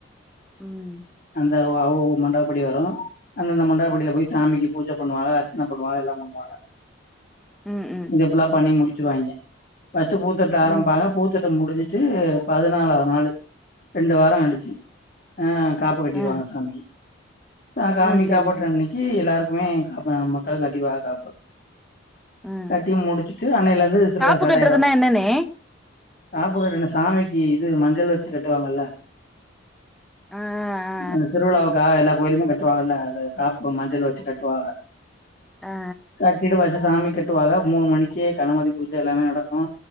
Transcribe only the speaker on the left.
<unintelligible> அவுக மண்டகப்படி வரு அந்தந்த மண்டகபடில போய் சாமிக்கு பூஜ பண்ணுவாக அர்ச்சன பண்ணுவாக எல்லா பண்ணுவாக
இங்க ஃபுல்லா பண்ணி முடிச்சிருவாய்ங்க ஃபஸ்ட்டு பூத்தட்ல ஆரம்பிப்பாக
பூத்தட்டு முடிஞ் <unintelligible> பதினாலாவது நாளு ரெண்டு வாரம் அடிச்சு ஆ காப்பு கட்டிருவாங்க
சாமிக்கு சாகாமிக
பொட்டற அன்னைக்கி எல்லாருக்குமே காப்பா மக்களுக்கு கட்டிப்பாக காப்பா
கட்டி முடிச்சுட்டு அண்ணையிலருந்து திருவிழா
சாட்டாயிரு
ப்புகட்ன சாமிக்கு இது மஞ்சள் வச்சு கட்டுவாங்கல்ல
அந்த திருவிழாவுக்கா எல்லா கோயிலுக்கு கட்டுவாங்கல்ல அ காப்பு மஞ்சள் வச்சு கட்டுவாக
கட்டிட்டு பஸ்ட்டு சாமி கெட்டுவாக மூணு மணிக்கே கணமதி பூஜையெல்லாமே நடக்கு